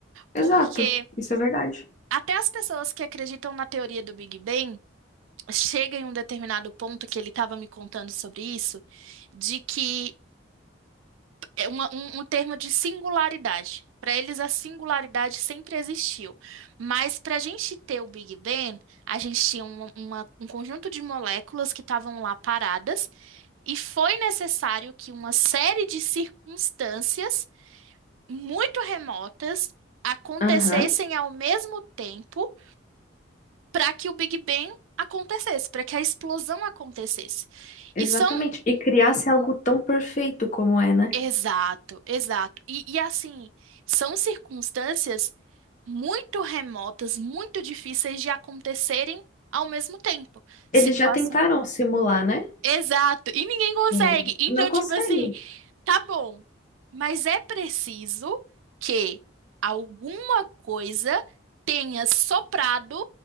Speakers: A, on the left; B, on the right.
A: exato.
B: Porque
A: Isso é verdade.
B: até as pessoas que acreditam na teoria do Big Bang chegam em um determinado ponto que ele estava me contando sobre isso, de que é uma- um, um termo de singularidade. Para eles, a singularidade sempre existiu. Mas para a gente ter o Big Bang, a gente tinha um uma- um conjunto de moléculas que estavam lá paradas, e foi necessário que uma série de circunstâncias muito remotas acontecessem
A: Aham,
B: ao mesmo tempo para que o Big Bang acontecesse, para que a explosão acontecesse.
A: exatamente.
B: E são.
A: E criar-se algo tão perfeito como é, né?
B: Exato, exato. E, e assim, são circunstâncias muito remotas, muito difíceis de acontecerem ao mesmo tempo. Situação.
A: Eles já tentaram simular, né?
B: Exato. E ninguém consegue.
A: Sim.
B: Então,
A: Não consegue.
B: tipo assim, Tá bom, mas é preciso que alguma coisa tenha soprado